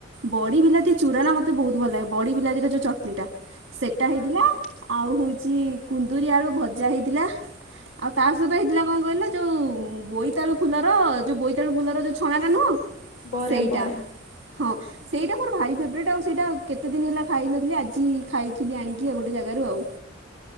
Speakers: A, on the right (about 65°); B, on the left (about 85°).
A: ବଡ଼ି ବିଲାତି ଚୁରା ନା ମୋତେ ବହୁତ ଭଲ ଲାଗେ ବଡ଼ି ବିଲାତିର ଯୋଉ ଚଟଣିଟା। ସେଟା
B: ହଁ
A: ହେଇଥିଲା
B: ହଁ
A: ଆଉ ହଉଛି କୁନ୍ଦୁରୀ ଆଳୁ ଭଜା ହେଇଥିଲା। ଆଉ ତା ସହିତ ହେଇଥିଲା କଣ କହିଲେ ଯୋଉ ବୋଇତାଳୁ ଫୁଲର ଯୋଉ ବୋଇତାଳୁ ଫୁଲର ଯୋଉ ଛଣା ଟା ନୁହଁ
B: ବରା
A: ସେଇଟା
B: ବରା
A: ହଁ। ସେଇଟା ମୋର ଭାରୀ ଫେବୁରେଟ୍ ଆଉ ସେଇଟା କେତେ ଦିନ ହେଲା ଖାଇନଥିଲି ଆଜି ଖାଇଥିଲି ଆଣିକି ଆଉ ଗୋଟେ ଜାଗାରୁ ଆଉ।